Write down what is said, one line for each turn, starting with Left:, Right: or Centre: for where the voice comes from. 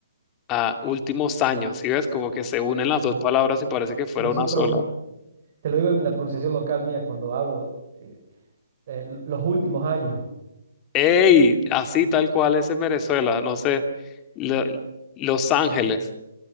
Left: a últimos años, ¿sí ves? Como que se unen las
Right: Ujú.
Left: dos palabras y parece que fuera
Right: Nosotros,
Left: una sola.
Right: te lo digo en la pronunciación local mía, cuando hablo, eh, eh, lo- los últimos años.
Left: Ey, así tal cual es en Venezuela, no sé, Lo- Los Ángeles,